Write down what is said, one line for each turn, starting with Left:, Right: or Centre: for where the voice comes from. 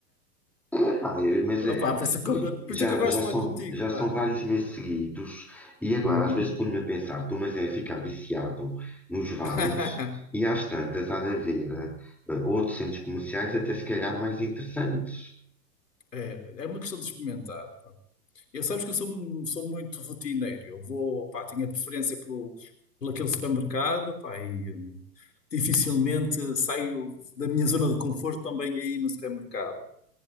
Centre: Epá, eh, mas
Left: opa
Centre: eh,
Left: por isso é que eu, por
Centre: já,
Left: isso é que eu gosto
Centre: já
Left: de
Centre: são,
Left: falar contigo,
Centre: já
Left: pá.
Centre: são vários meses seguidos e agora
Left: Uhum.
Centre: às vezes ponho-me a pensar, estou mas é ficar viciado nos vales
Left: <laughs>
Centre: e às tantas há de haver eh, outros centros comerciais até se calhar mais interessantes.
Left: É, é uma questão de experimentar, pá. Eu sabes que eu sou, um- sou muito rotineiro. Eu vou, pá, tenho a preferência pelo, por aquele supermercado, pá, e hum, dificilmente saio da minha zona de conforto também aí no supermercado.